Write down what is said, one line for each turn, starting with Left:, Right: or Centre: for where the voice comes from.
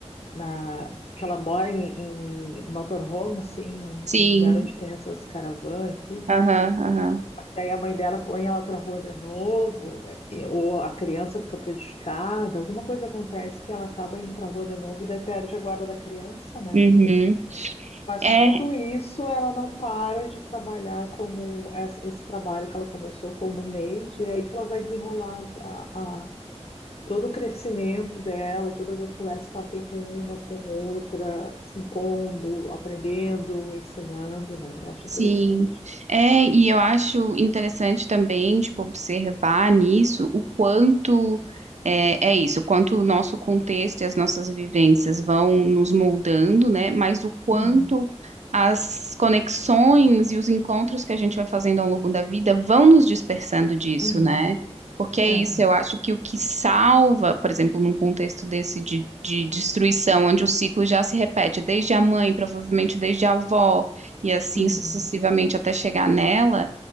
Left: na- que ela mora em, em motorhome, assim,
Right: Sim,
Left: em lugar onde tem essas caravanas e tudo.
Right: aham, aham.
Left: Daí a mãe dela põe ela pra rua de novo, é, e- ou a criança fica prejudicada, alguma coisa acontece que ela acaba indo pra rua de novo e daí perde a guarda da criança, né?
Right: Uhum.
Left: Mas
Right: É,
Left: tudo isso ela não para de trabalhar como esse esse trabalho que ela começou como maid, e é aí que ela vai desenrolar as- a, a- todo o crescimento dela, todas as conversas que ela tem com uma, com outra, se impondo, aprendendo, ensinando, né? Eu acho
Right: Sim.
Left: interessante.
Right: É, e eu acho interessante também, tipo, observar nisso o quanto é, é isso, o quanto o nosso contexto e as nossas vivências vão nos moldando, né? Mas o quanto
Left: Uhum,
Right: as conexões e os encontros que a gente vai fazendo ao longo da vida vão nos dispersando disso,
Left: uhum,
Right: né? Porque é
Left: aham,
Right: isso, eu acho que o que salva, por exemplo, num contexto desse de, de destruição, onde o ciclo já se repete desde a mãe, provavelmente desde a avó e assim
Left: uhum,
Right: sucessivamente até chegar nela,